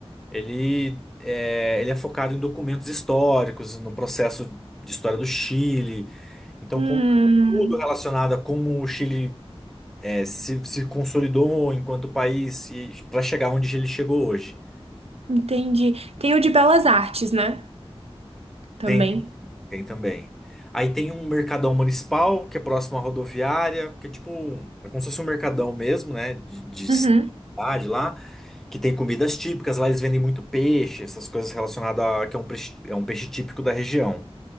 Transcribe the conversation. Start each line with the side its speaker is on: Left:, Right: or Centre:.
Centre: ele é, ele é focado em documentos históricos, no processo de história do Chile. Então,
Right: Hum,
Centre: conta tudo relacionado a como o Chile é, se, se consolidou enquanto país e para chegar onde ele chegou hoje.
Right: entendi. Tem o de Belas Artes, né? Também.
Centre: Tem, tem também. Aí tem um mercadão municipal, que é próximo à rodoviária, que é tipo, um- é como se fosse um mercadão mesmo, né? De, de
Right: Uhum.
Centre: cidade lá, que tem comidas típicas. Lá eles vendem muito peixe, essas coisas relacionadas a que é um peixe, é um peixe típico da região.